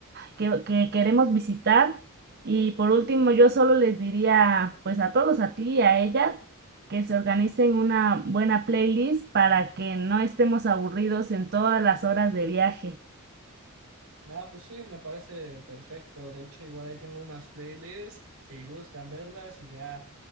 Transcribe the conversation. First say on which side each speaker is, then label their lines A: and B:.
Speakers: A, on the right (about 50°); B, on the right (about 75°).
A: que, que queremos visitar. Y por último, yo solo les diría pues a todos, a ti y a ellas, que se organicen una buena playlist para que no estemos aburridos en todas las horas de viaje.
B: Ah, pues sí, me parece perfecto. De hecho, igual ahí tengo unas playlists, si gustan verlas y ya,